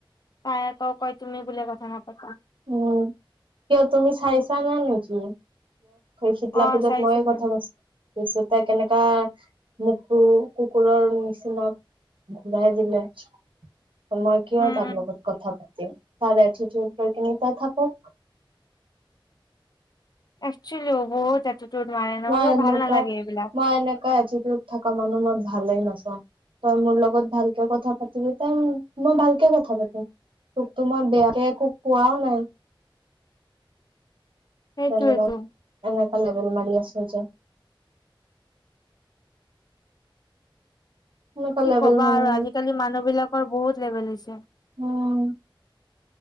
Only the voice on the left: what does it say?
তাই আকৌ কয়, তুমি বোলে কথা নাপাাতা।
অ
চাইছিলো
উম
উম
<unintelligible> ন
মোৰ
ভাল নালাগে এইবিলাক
সেইটোয়েতো
কি
ক'বা
আৰু আজিকালি মানুহবিলাকৰ বহুত লেভেল হৈছে।